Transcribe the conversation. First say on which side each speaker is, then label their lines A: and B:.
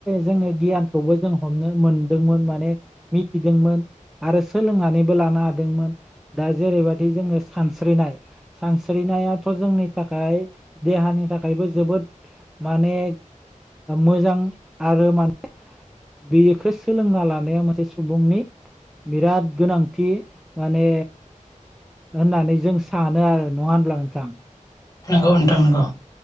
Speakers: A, in the centre; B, on the left.
A: जोङो गियानखौबो जों हमनो मोनदोंमोन माने मिथिदोंमोन आरो सोलोंनानैबो लानो हादोंमोन दा जेरैबायदि जोङो सानस्रिनो नाय सानस्रिनायाथ' जोंनि थाखाय देहानि थाखायबो जोबोद माने मोजां आरो माने बेखौ सोलोंना लानाया मोनसे सुबुंनि बिराद गोनांथि माने होननानै जों सानो आरो नङा होनब्ला नोंथां
B: नंगौ नोंथां नंगौ